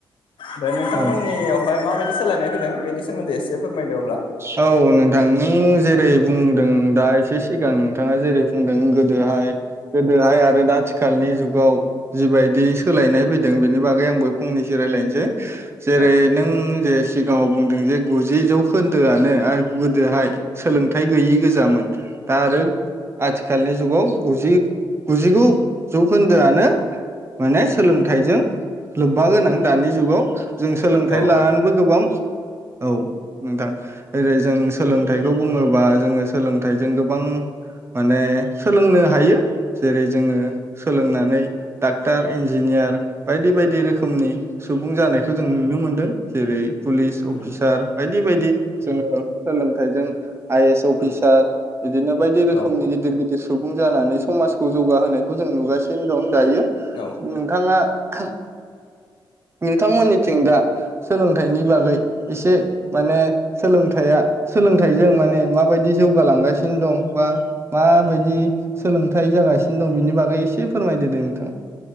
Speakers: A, on the left; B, on the right.
A: <inaudible> नोंथांमोननियावहाय
B: औ
A: माबायदि सोलायनाय होदों बे सोमोन्दै एसे फोरमायदो अब्ला
B: औ नोंथां नों जेरै बुंदों दा एसे सिगां नोंथाङा जेरै बुंदों गोदोहाय गोदोहाय आरो दा आथिखालनि जुगाव जिबायदि सोलायनाय फैदों बिनि बागै आंबो फंनैसो रायज्लायनोसै जेरै
A: औ
B: नों जे सिगाङाव बुंदों जे गु जि जौखोन्दोआनो आरो गोदोहाय सोलोंथायाइ गैयि गोजामोन दा आरो आथिखालनि जुगाव गुजि गुजिगु जौखोन्दोआनो माने सोलोंथाइजों लोब्बा गोनां दानि जुगाव जों सोलोंथाइ
A: औ
B: लानानैबो
A: औ
B: गोबां औ नोंथां ओरै जों सोलोंथाइखौ बुङोबा जोङो सोलोंथाइजों गोबां माने सोलोंनो हायो जेरै जोङो सोलोंनानै डाक्टार इन्जिनियार बायदि बायदि रोखोमनि सुबुं जानायखौ जों नुनो मोनदों जेरै पुलिस
A: औ
B: अफिसार बायदि बायदि जोङो सोलोंथाइजों आइ ए एस अफिसार बिदिनो बायदि रोखोमनि
A: औ
B: गिदिर गिदिर सुबुं जानानै समाजखौ जौगाहोनायखौ जों नुगासिनो दं दायो
A: औ
B: नोंथाङा <unintelligible> नोंथांमोननिथिं दा सोलोंथाइनि बागै एसे माने सोलोंथाइया सोलोंथाइजों माने माबायदि जौगालांगासिनो दं बा माबायदि सोलोंथाइ जागासिनो दं बिनि बागै एसे फोरमायदो दे नोंथा